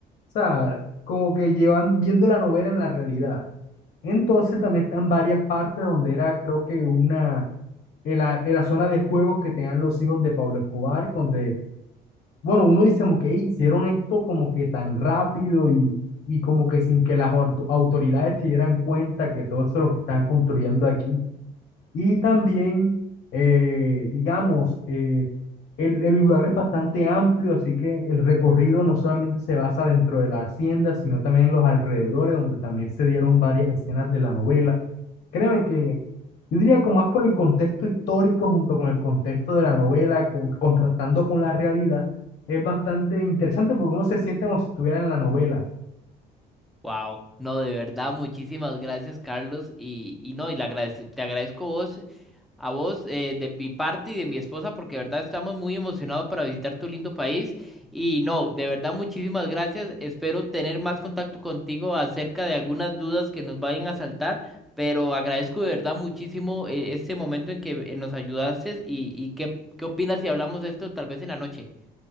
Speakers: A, on the left; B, in the centre.
A: o sea, como que llevan viendo la novela en la realidad. Entonces también están varias partes donde era, creo que una, en la, en la zona de juegos que tenían los hijos de Pablo Escobar, donde bueno, uno dice como que "Ey, hicieron esto como que tan rápido y, y como que sin que las au- autoridades se dieran cuenta que todo eso es lo que están construyendo aquí. Y también, eh, digamos, eh, el, el lugar es bastante amplio, así que el recorrido no solamente se basa dentro de la hacienda, sino también en los alrededores, donde también se dieron varias escenas de la novela. Créeme que yo diría que más por el contexto histórico junto con el contexto de la novela, con- contrastando con la realidad, es bastante interesante porque uno se siente como si estuviera en la novela.
B: Wow, no, de verdad, muchísimas gracias, Carlos. Y, y no, y le agradece- te agradezco vos, a vos, eh, de mi parte y de mi esposa, porque de verdad estamos muy emocionados para visitar tu lindo país. Y no, de verdad, muchísimas gracias. Espero tener más contacto contigo acerca de algunas dudas que nos vayan a saltar, pero agradezco de verdad muchísimo, eh, este momento en que eh, nos ayudaste. Y, y qué, qué opinas si hablamos de esto tal vez en la noche.